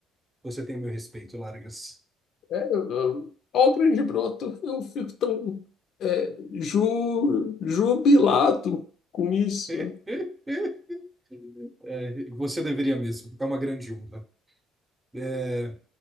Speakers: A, on the right (about 20°); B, on the left (about 60°).
A: Você tem meu respeito, Largas.
B: É, eu- ó, o grande broto, eu fico tão é, ju- jubilado com isso.
A: <laughs> É, você deveria mesmo, é uma grande honra. É,